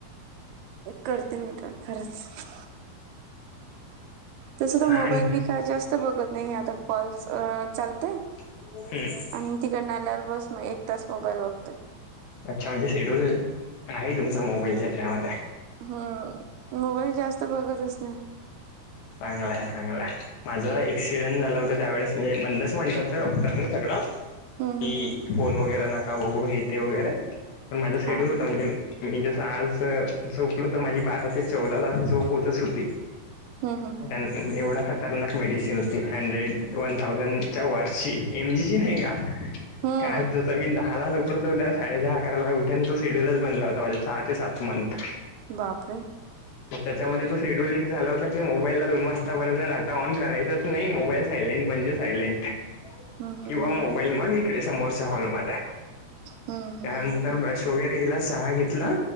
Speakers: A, on the right (about 75°); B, on the left (about 80°).
A: करते मी ट्राय खरंच. तस तर मोबाईल
B: आणि
A: मी काय जास्त बघत नाही आता कॉल चालते.
B: हम्म.
A: आणि तिकडनल्यावर बस मग एक तास मोबाईल बघतोय.
B: अच्छा म्हणजे शेड्यूल आहे तुमचा मोबाईलच्या त्यामध्ये.
A: हम्म मोबाईल जास्त बघतच नाही.
B: चांगलंय चांगलंय. माझं एक्सिडेंट झालं होतं त्यावेळेस म्हणजे बंदच म्हणत होतं डॉक्टरने सगळं
A: हम्म
B: की
A: हम्म हम्म
B: फोन वगैरे नका बघू हे ते वगैरे. पण माझा शेड्यल
A: हा
B: होता
A: हा
B: म्हणजे मी जसं आज झोपल तर माझी बारा ते चौदा तास झोप होतच होती
A: हम्म हम्म
B: त्यां एवढं खतरनाक मेडिसिन होती हंड्रेड वन थाउजंडच्या वर्ची एमजीची नाही का?
A: हम्म
B: हलत.
A: हम्म
B: मी दहाला झपलत होद्या साडे दहा अकराला उठ तो शेड्यूलच बनला होता माझे सहा ते सात मंथ.
A: बापरे.
B: मग त्याच्यामध्ये तो शेड्यूल एक झाला होता की मो मोबाईलला दोन वाजतापर्यंत डाट न करायच नाही मोबाईल सायलेंट म्हणजे सायलेंट.
A: हम्म
B: किंवा
A: हम्म
B: मोबाईल मग इकडे समोरच्या हॉल म
A: हम्म. हम्म
B: त्यान तर ब्रश वगैरे गेला चहा घेतला